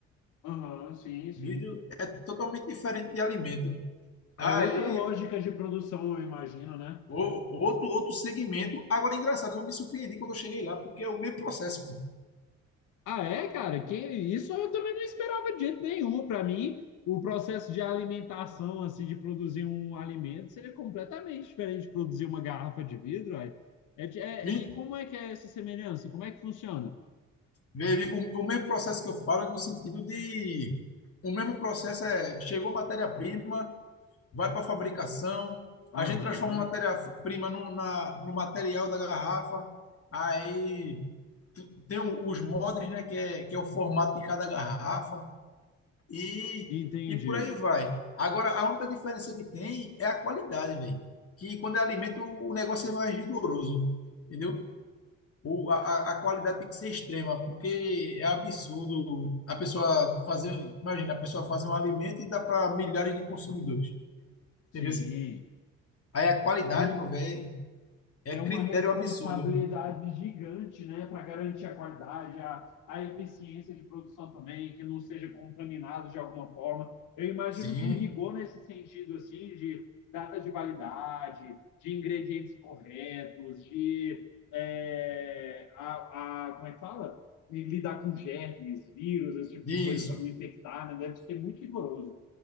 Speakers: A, on the left; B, on the left.
A: Aham, sim, sim.
B: Vidro é totalmente diferente de alimento. Aí,
A: É outra lógica de produção, eu imagino, né?
B: o- outro outro segmento. Agora, é engraçado, eu me surpreendi quando eu cheguei lá, porque é o mesmo processo, pô.
A: Ah, é, cara? Que isso eu também não esperava de jeito nenhum. Para mim, o processo de alimentação, assim, de produzir um alimento, seria completamente diferente de produzir uma garrafa de vidro, aí. É, de- é-
B: Me-
A: e como é que é essa semelhança? Como é que funciona?
B: me- O, o mesmo processo que eu falo é no sentido de... O mesmo processo é, chegou matéria-prima, vai para a fabricação,
A: Aham.
B: a gente transforma a matéria-prima no, no material da garrafa, aí tem os modems, né, que é, que é o formato de cada garrafa, e,
A: Entendi.
B: e por aí vai. Agora, a única diferença que tem é a qualidade, velho. Que quando é alimento, o negócio é mais rigoroso, entendeu? O, a a qualidade tem que ser extrema, porque é absurdo a pessoa fazer, imagina, a pessoa fazer um alimento e dá para milhares de consumidores, entendeu?
A: Sim.
B: Aí a qualidade,
A: É um,
B: meu velho, é
A: é
B: critério
A: uma responsabilidade
B: absurdo.
A: gigante, né, para garantir a qualidade, a, a eficiência de produção também, que não seja contaminado de alguma forma. Eu imagino
B: Sim,
A: que o rigor nesse sentido, assim, de data de validade, de ingredientes corretos, de é, a, a- como é que fala? De lidar com germes, vírus, esse tipo
B: isso.
A: de coisa para não infectar, né? Deve ser muito rigoroso.